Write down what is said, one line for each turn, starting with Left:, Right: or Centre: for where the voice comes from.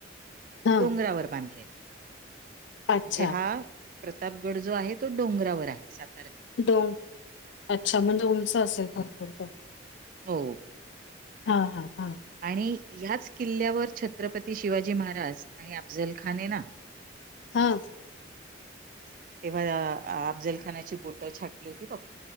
Left: हां.
Right: डोंगरावर बांधलेला
Left: अच्छा.
Right: म्हणजे हा प्रतापगड जो आहे तो डोंगरावर आहे सात
Left: डोंग अच्छा म्हणजे उंच असेल भरपूर तो
Right: हो
Left: हा हा हा
Right: आणि ह्याच किल्ल्यावर छत्रपती शिवाजी महाराज आणि अफझल खान आहे ना
Left: हा
Right: तेव्हा अफजलखानाची बोटं छाटली होती बघ